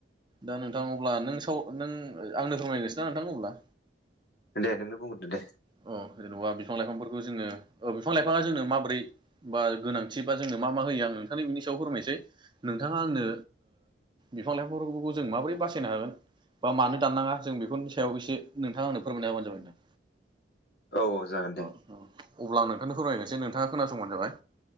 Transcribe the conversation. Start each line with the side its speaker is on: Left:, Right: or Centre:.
Right: दा नोंथां अब्ला नों साव नों आंनो फोरमायग्रोनोसै ना नोंथां अब्ला
Left: दे नोंनो बुंग्रोदो दे
Right: अ जेनेबा बिफां लाइफांफोरखौ जोङो अ बिफां लाइफाङा जोंनो माबोरै बा गोनांथि बा जोंनो मा मा होयो आं नोंथांनो बिनि सायाव फोरमायनोसै नोंथाङा आंनो बिफां लाइफांफोरखौ जों माबोरै बासायनो हागोन बा मानो दाननाङा जों बेफोरनि सायाव एसे नोंथाङा आंनो फोरमायना होबानो जाबाय दे
Left: औ जागोन दे
Right: अब्ला आं नोंथांनो फोरमायनोसै नोंथाङा खोनासंबानो जाबाय